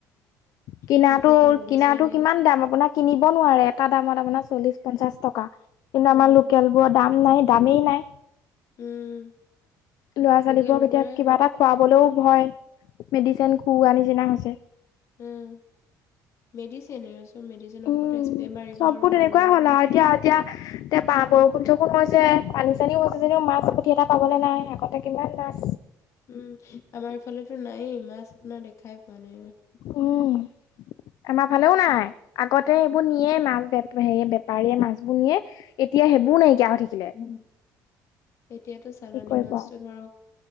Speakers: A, on the left (about 60°); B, on the left (about 45°).
A: কিনাটো
B: সেইটো এটা মেডিচাইনে।
A: কিনাটো কিমান দাম আপোনাক কিনিব নোৱাৰে এটাত এটা আমত আপোনাৰ চল্লিশ পঞ্চাছ টকা কিন্তু
B: অ',
A: আমাৰ লোকেলবোৰৰ দাম নাই দামেই নাই।
B: উম।
A: ল'ৰা
B: লোকেলবোৰে
A: ছোৱালীবোৰক এতিয়া কিবা এটা খুৱাবলৈও ভয়, মেডিচিন খুওোৱা নিচিনা হৈছে।
B: উম মেডিচিনে মেডিচিনৰ ওপৰতে
A: উম
B: স্প্ৰে মাৰিব
A: চববোৰ
B: আৰু
A: তেনেকুৱাই
B: ৰঙা হ'ব।
A: হ'ল আৰু এতিয়া এতিয়া এতিয়া পা বৰষুণ চ কম হৈছে পানী চানীও হৈছে যেনও মাছ পুঠি এটা পাবলৈ নাই আগতে কিমান মাছ।
B: উম আমাৰ এইফালেতো নাইয়েই মাছ আপোনাৰ দেখ খাই পোৱা নাইবাৰ।
A: উম আমাৰ ফালেও নাই। আগতে এইবোৰ নিয়ে মাছ বে সে বেপাৰীয়ে মাছবোৰ নিয়ে। এতিয়া
B: উম
A: সেইবোৰ নাইকিয়া হৈ থাকিলে
B: ম, এতিয়াতো চালানি
A: কি কৰিব
B: মাছতটো
A: আৰু
B: ধৰক